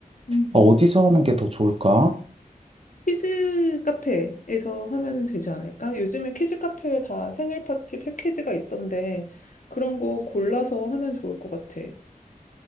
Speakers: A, on the left; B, on the right.
A: 음.
B: 아, 어디서 하는 게 더 좋을까?
A: 키즈 카페에서 하면은 되지 않을까? 요즘에 키즈 카페에 다 생일 파티 패키지가 있던데 그런 거 골라서 하면 좋을 것 같아.